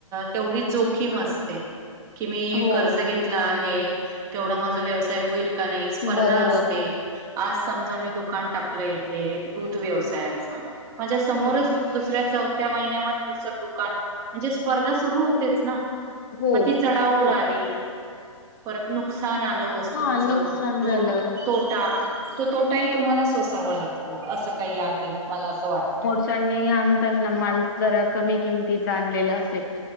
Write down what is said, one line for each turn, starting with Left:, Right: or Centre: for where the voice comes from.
Right: तेवढी जोखीम असते. कि मी
Left: हो
Right: कर्ज घेतला आहे. तेवढा माझा व्यवसाय होईल. का नाही. स्पर्धा
Left: बरोबर
Right: असते.
Left: हो
Right: आज समजा मी दुकान टाकलं इथे, दूध व्यवसायाच, माझ्या समोरच
Left: हो
Right: दुसऱ्या, चौथ्या महिन्यामध्ये दुसर दुकान. म्हणजे स्पर्धा सुरु होतेच ना
Left: हो
Right: मग ती चढाओड
Left: हो तेच
Right: आली. परत नुकसान आलं वस्तूंच,
Left: हा नुकसान
Right: तो
Left: झालं
Right: तोटा, तो तो टा ही तुम्हाला सोसावा लागतो, असं काही आहे, मला असं वाटत.
Left: त्यांनी आणताना माल जरा कमी किमतीचा आणलेला असेल.